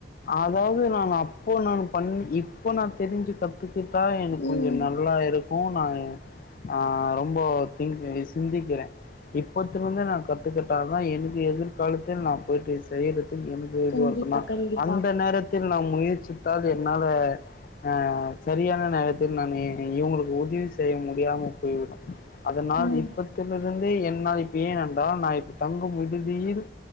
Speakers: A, on the left; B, on the left.
A: அதாவது நான் அப்போ நான் பண் இப்போ நான் தெரிஞ்சு கத்துக்க கத்துட்டா எனக்கு
B: ம்
A: கொஞ்சம் நல்லா இருக்கும் நான் ஆஹ ரொம்ப திக் சிந்திக்கிறேன் இப்பத்தலிருந்து நான் கத்துக்கிட்டா தான் எனக்கு எதிர்காலத்தில் நான் போயிட்டு செய்யறது எனக்கு இதுவா
B: கண்டிப்பா
A: இருக்கும்னா
B: கண்டிப்பா
A: அந்த நேரத்தில் நாம் முயற்சித்தால் என்னால அஹ சரியான நேரத்தில் நான் இவங்களுக்கு உதவி செய்ய முடியாம போய்விடும் அதனால்
B: ம்
A: இப்பத்திலிருந்து என்னால் இப்ப ஏன் என்றால் நான் இப்ப தங்கும் விடுதியில்